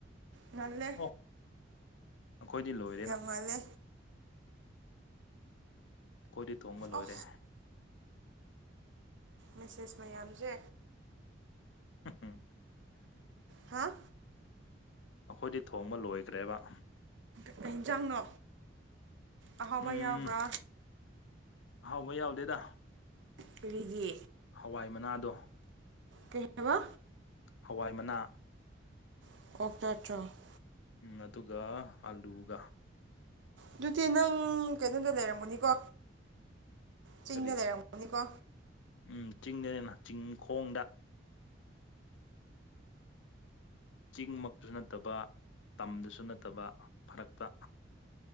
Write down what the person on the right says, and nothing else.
ꯉꯜꯂꯦ
ꯌꯥꯝ ꯉꯜꯂꯦ
ꯑꯣ ꯃꯦꯁꯦꯁ ꯃꯌꯥꯝꯁꯦ
ꯍꯥ꯫
ꯀꯩ ꯌꯦꯟꯖꯥꯡꯅꯣ ꯑꯍꯥꯎꯕ
ꯌꯥꯎꯕ꯭ꯔꯥ
ꯀꯔꯤꯒꯤ
ꯀꯩ ꯍꯥꯏꯕ
<unintelligible>
ꯑꯗꯨꯗꯤ ꯅꯪ ꯀꯩꯅꯣꯗ ꯂꯩꯔꯝꯒꯅꯤꯀꯣ ꯆꯤꯡꯗ
ꯂꯩꯔꯝꯃꯅꯤꯀꯣ